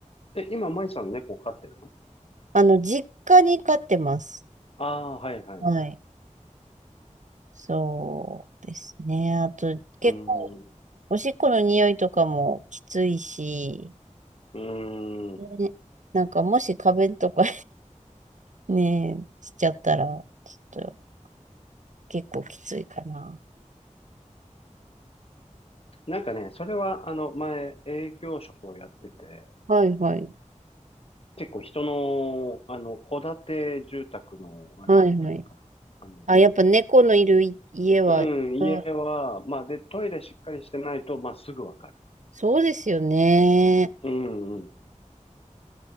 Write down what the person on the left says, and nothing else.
え、今、マイさん猫飼ってるの
ああー、はいはいはい。
うーん、う
ーん。
なんかね、それは、あの、前、営業職をやってて、
結構人の、あの、戸建て住宅の、あれだったから、
あの、
うん、
家は、まあ、で、トイレしっかりしてないと、まあ、すぐわかる。
うんうん。